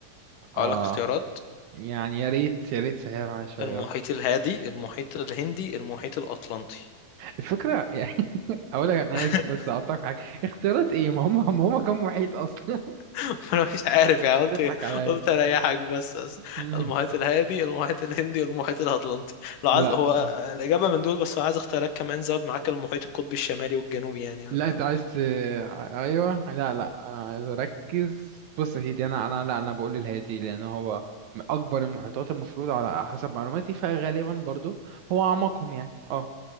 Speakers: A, on the right; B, on the left.
A: اه
B: اقول لك اختيارات
A: يعني يا ريت يا ريت سهل معايا شويه
B: المحيط
A: اه
B: الهادي المحيط الهندي المحيط الاطلنطي
A: الفكره يعني <laughs> اقول لك انا
B: <laughs>
A: اسف بس اقطعك في حاجه اختيارات ايه ما هم ما هم كانوا محيط اصلا
B: <laughs> انا مش عارف يعني قلت
A: <laughs> تضحك عليا
B: قلت اريحك بس أص-
A: مم.
B: المحيط الهادي المحيط الهندي والمحيط الاطلنطي لو عايز
A: لا
B: هو الاجابه من دول بس لو عايز اختيارات كمان زود معاك المحيط القطبي الشمالي والجنوبي يعني
A: لا
B: هبقى-
A: انت عايز ت... ايوه لا لا انا عايز اركز بص يا سيدي انا انا لا انا بقول الهادي لان هو من اكبر المحيطات المفروض على حسب معلوماتي فغالبا برضو هو اعمقهم يعني اه